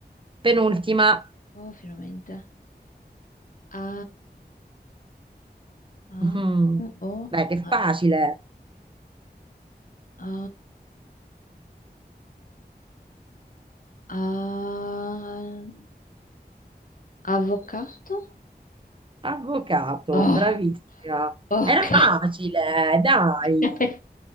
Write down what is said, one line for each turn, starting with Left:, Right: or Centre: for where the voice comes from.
Right: Penultima.
Left: Oh, finalmente. A, A,
Right: Mhm.
Left: U, O,
Right: Dai, che
Left: A,
Right: facile.
Left: A, A- avvocato?
Right: Avvocato,
Left: Oh,
Right: bravissima.
Left: ok.
Right: Era facile, dai.
Left: Ok,